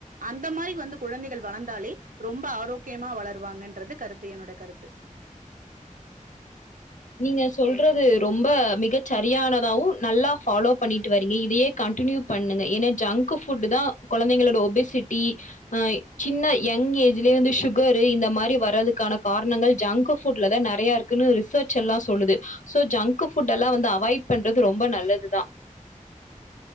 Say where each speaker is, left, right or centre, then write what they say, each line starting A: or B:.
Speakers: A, on the right; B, on the left.
A: அந்த மாதிரி வந்து குழந்தைகள் வளர்ந்தாலே ரொம்ப ஆரோக்கியமா வளர்வாங்கன்றது கருத்து என்னோடைய கருத்து
B: நீங்க சொல்றது ரொம்ப மிக சரியானதாவும் நல்லா ஃபாலோ பண்ணிட்டு வரீங்க இதையே கண்டினியூ பண்ணுங்க ஏன்னா ஜங்க்கு ஃபுட்தா குழந்தைங்களோட ஒபிசிட்டி ஆஹ் சின்ன யங் ஏஜ்லய வந்து சுகர் இந்த மாதிரி வர்றதுக்கான காரணங்கள் ஜங்க்கு ஃபுட் லதா நிறையா இருக்குன்னு ரிசர்ஜ் எல்லாம் சொல்லுது சோ ஜங்கு ஃபுட் எல்லாம் வந்து அவாய்ட் பன்றது ரொம்ப நல்லது தான்